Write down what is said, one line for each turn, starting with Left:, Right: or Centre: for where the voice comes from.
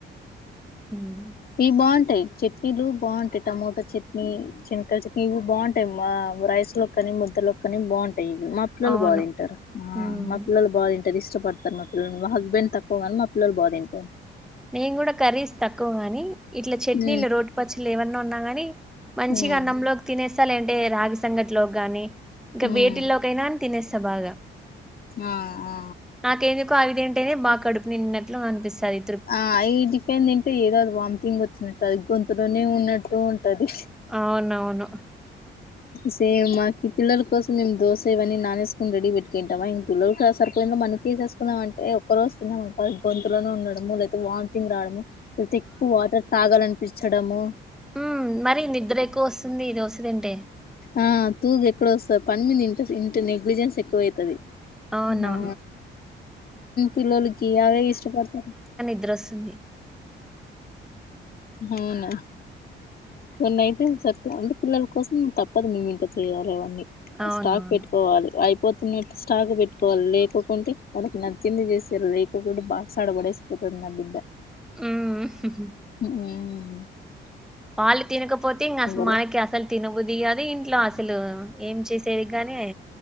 Centre: హ్మ్.
Left: ఈ బాగుంట్ టయ్ చట్నీలు బాగుంటయి. టమోటో చట్నీ, <unintelligible> చట్నీ ఇవి బాగుంటాయి మా రైస్లో కనీ ముద్దలొక్కని బాగుంటయి. మా పిల్లలు
Centre: అవును.
Left: బాగా తింటరు. ఆ
Centre: హ్మ్.
Left: మా పిల్లలు బా తింటరు ఇష్టపడతారు మా పిల్లలు మా హస్బెండ్ తక్కువగానీ మా పిల్లలు బాగా తింటరు.
Centre: నేన్ గుడా కర్రీస్ తక్కువ్ గాని ఇట్లా చట్నీలు
Left: ఉమ్
Centre: రోటిపచ్చళ్ళు ఏమన్నా ఉన్నా గనీ మంచిగా
Left: ఉమ్
Centre: అన్నంలోక్ తినేస్తా లేదంటే రాగి సంగట్లోకి గాని ఇంకా
Left: ఉమ్
Centre: వేటిల్లోకైనా తినేస్త బాగా
Left: ఆ ఆ
Centre: నాకేందుకో అవి తింటేనే బాగా కడుపు నిన్నట్ల పంపిస్తది
Left: ఆ అయి టిఫెన్ తింటే ఏదో అది వామిటింగ్ వచ్చినట్టు అది గొంతులోనే ఉన్నట్టు టది.
Centre: అవునవును.
Left: సేమ్ మాకి పిల్లల కోసం మేం దోస ఇవన్ని నానేస్కొన్ రెడీ పెట్టుకుంటామా ఇంతులో సరిపోయింద మనకి తీసేస్కున్నాం అంటే ఒక్కరోజు తిన్నాం అనుకో అది గొంతులోనే ఉండడం. మామూలైతే వామిథింగ్ రావడము లేతే ఎక్కు వాటర్ తాగాలనిపిచ్చడము
Centre: మ్ మరి నిద్ర ఎక్కు వస్తుంది ఇది వస్తదంటే
Left: ఆ తూగ ఎక్కడోస్తది పన్ మీద ఇంట ఇంత నెగ్లిజెన్స్ ఎక్కువైతది.
Centre: అవునవును
Left: ఆ పిల్లలకి అవే ఇష్టపడతారు.
Centre: నిద్రొస్తుంది.
Left: అవునా కొన్నైతే అసల్ అంటే పిల్లల కోసం తప్పదు మేము ఇంకా చేయాలె అవన్నీ
Centre: అవునవును
Left: స్టాక్ పెట్టుకోవాలి. అయిపోతున్నట్టు స్టాక్ పెట్టుకోవాలి లేక కుంటే వాళ్ళకి నచ్చింది చేసే లేకుంటే బాక్స్ ఆడ పడేసిపోతది నా బిడ్డ
Centre: మ్
Left: మ్
Centre: వాళ్ళు తినకపోతే ఇంక అస
Left: పోలే
Centre: మనకే అసలు తినబుద్ధి కాదు. ఇంట్లో అసలు ఏం చేసేది కానీ నే